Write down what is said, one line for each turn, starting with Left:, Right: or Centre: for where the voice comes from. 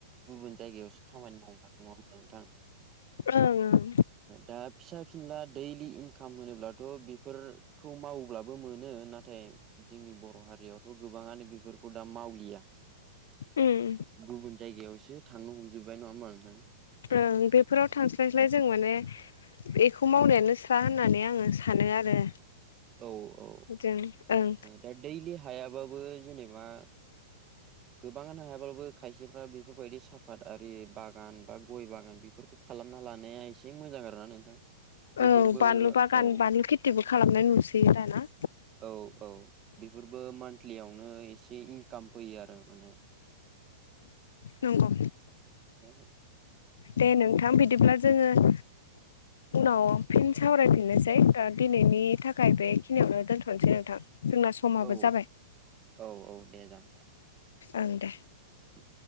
Right: गुबुन जायगायावसो खामानि मावनो थां नङा होमा नोंथां
Left: ओं
Right: दा फिसा फिनला दैलि इनकाम होनोब्लाथ' बेफोर खौ मावोब्लाबो मोनो नाथाय जोंनि बर' हारियाव गोबाङानो बेफोरखौ दा मावलिया
Left: ओं
Right: गुबुन जायगायावसो थांनो हमजोब्बाय नङा होमबा नोंथां
Left: ओं बेफोराव थांस्लायस्लाय जों माने बेखौ मावनायानो स्रा होननानै आङो सानो आरो
Right: औ औ
Left: जों ओं
Right: दा दैलि हायाबाबो जेनेबा गोबाङानो हायाबाबो खायसेफ्रा बेफोरबायदि साफाद आरि बागान बा गय बागान बेफोरखौ खालामना लानाया एसे एसे मोजां आरो ना नोंथां बेफोरबो
Left: औ बानलु बागान
Right: औ
Left: बानलु खेथिबो खालामनाय नुसैयो आर ना
Right: औ औ बेफोरबो मान्थलियावनो एसे इनकाम फैयो आरो माने
Left: नंगौ
Right: औ
Left: दे नोंथां बिदिब्ला जोङो उनाव फिन सावरायफिननोसै दा दिनैनि थाखाय बेखिनियावनो दोनथ'नोसै नोंथां जोंना समाबो
Right: औ
Left: जाबाय
Right: औ औ दे जागोन दे
Left: ओं दे
Right: उ